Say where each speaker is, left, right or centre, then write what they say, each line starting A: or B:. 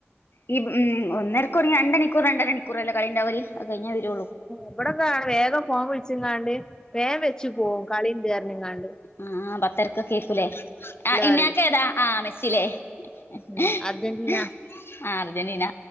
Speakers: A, on the left; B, on the left.
A: ഈ ഉം ഒന്നരക്ക് തൊടങ്ങിയ രണ്ട് മണിക്കൂർ രണ്ടഅര മണിക്കൂർ അല്ലേ കാലിണ്ടാവൽ അത് കഴിഞ്ഞേ വരുള്ളൂ.
B: ഇവിടൊക്കെ ആണ് വേഗം ഫോം വിളിച്ചിങ്ങാണ്ട് വേഗം വെച്ചു പോകവും കളിണ്ട്പറഞ്ഞുങ്ങാണ്ട്.
A: ആഹ പത്തരക്ക് കേൾകൂലെ ആ ഇങ്ങൾക്ക്
B: പറയും
A: ഏതാ ആ മെസ്സിലേ.
B: ഉം
A: ഏഹ്ഏഹ്
B: അർജന്റീന
A: ആഹാ അർജന്റീന